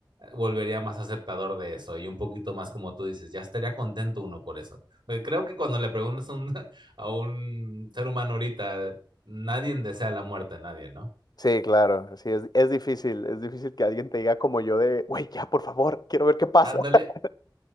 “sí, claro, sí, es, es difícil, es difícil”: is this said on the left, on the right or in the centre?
Left